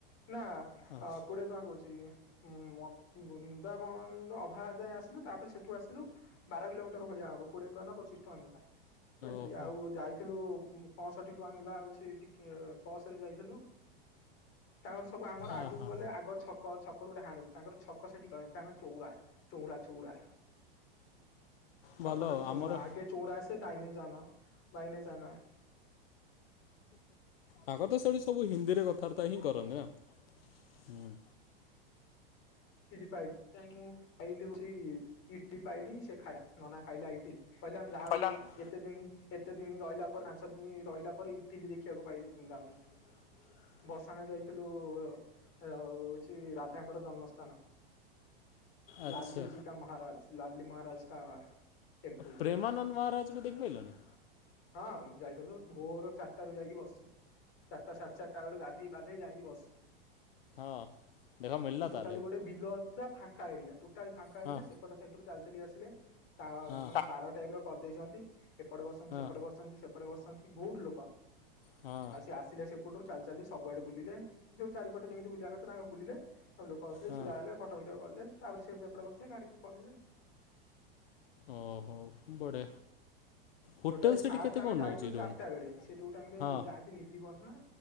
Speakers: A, on the left; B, on the left.
A: ନା?
B: ଆଚ୍ଛା
A: ହଁ କୋଡିଏ ଟଙ୍କା ତ କହୁଛି? ବୃନ୍ଦାବନ ଅଧା ଯାଇଏ ଆସିଲୁ ତାପରେ ସେଠୁ ଆସିଲୁ ବାର କିଲୋମିଟର ଭଳିଆ ହବ କୋଡିଏ ଟଙ୍କା ନା ପଚିଶ ଟଙ୍କା ନେଲା। ଏଠି
B: ଓହୋ
A: ଆଉ ଯାଇଥିଲୁ ପଞ୍ଚଷଠି ଟଙ୍କା ନେଲା ଆଉଛି ସେିକ ବସ ରେ ଯାଇଥିଲୁ ତାଙ୍କର ସବୁ ଆମର
B: ଆ
A: ଆଗକୁ
B: ହା
A: ଗଲେ ଆଗ ଛକ ଛକରୁ ଡହାଣିବୁ ତାଙ୍କର ଛକ ସେଠି କନି ତାଙ୍କର ଚୌରା ଚଉରା ଚଉରା। ଛକଟାକୁ
B: ଭଲ
A: ଚୋରା
B: ଆମର
A: ଆଗେ ଚୋରା ଆସେ <unintelligible> ଜାନା ବାଇନ ଜାନା।
B: ଭାଗତ ଶୈଳୀ ସବୁ ହିନ୍ଦୀରେ କଥାବାର୍ତ୍ତା ହିଁ କରନ୍ତି ନା ହୁଁ।
A: <unintelligible> ପାଇ ତା ଖଲିଉ ଇଟ ପାଇଲି ସେ ଖାଇଲା ନନା ଖାଇଲାଇ ପହିଲ ଯାହାକୁ
B: ପଲଙ୍ଗ
A: ଏତେ ଦିନ ଏତେ ଦିନ ରହିଲା ପରେ ପାଞ୍ଚ ଦିନ ରହିଲା ପରେ ଇଟିଲି ଦେଖିବାକୁ ପାଇଲି ବୃନ୍ଦାବନରେ।
B: <inaudible>
A: ବର୍ଷା ନ ଯାଇଥିଲୁ ହଉଛି ରାଧାଙ୍କର ଜନ୍ମସ୍
B: ଆଚ୍ଛା
A: ଲାଲୁ ଜୀ କା ମହାରାଜ ଲାଲି ମହାରାଜ କା ଟେମ୍ପୁଲ
B: ପ୍ରେମାନନ୍ଦ ମହାରାଜ କୁ ଦେଖି ଲଣୀ?
A: ହଁ ଯାଇଥିଲୁ ଭୋର ଚାରିଟା ରୁ ଯାଇକି ବସୁ ଚାରଟା ସାଢେ ଚାରିଟା ବଳଳେ ଗଧୋଇପାଧେଇ ଯାଇକି ବସ୍
B: ହଁ ଦେଖା ମିଳିଲ <unintelligible>
A: ଟା ଗୋଟେ ବିଲ ପୁର ଫାଙ୍କ ଏରିଟା ଫା ଏରି
B: ହଁ
A: ସେପଟ ସ ଚାଲି ଚାଲି ଆସିଲୁ। ତା
B: ହଁ
A: ମାନେ ବାଡ଼ ଟାଇପ ର କରିଦେଇଛନ୍ତି ଏପଟେ ବସଛନ୍ତି
B: ହଁ
A: ସେପଟେ ବସ ସେପଟେ ବସଛନ୍ତି ବହୁତ ଲୋକ
B: ହଁ
A: ଆଉ ସେ ଆସିଲେ ସେ ପଟରୁ ଚାଲି ଚାଲି ସବୁଆଡେ ବୁଲିଲେ ଯୋଉ ଚାରିଟ ଯେମିତି ବୁଲିବା କଥା ତାଙ୍କ ବୁଲିଲେ। କସିଲେ
B: ହଁ
A: ଛିଡ଼ା ହେଲେ ଫଟୋ ଫିଡି କଲେ ତାପରେ ସେ ସେପଟେ ବସିଲ ଗାଡିରେ ପଳେଇଲେ।
B: ଓହୋ <unintelligible> ହୋଟେଲ
A: ଟୋଟାଲି
B: ସେଠି
A: ଫାଷ୍ଟ
B: କେତେ
A: ଆମେ
B: କଣ
A: ଯାଇଥିଲୁ
B: ନେଉଛି ରୁମ୍
A: ଚାରିଟା ବେଳେ ସେ ଯୋଉ ଟାଇରେ
B: ହଁ
A: ଯାନ୍ତି ନିଧ ବନ ନା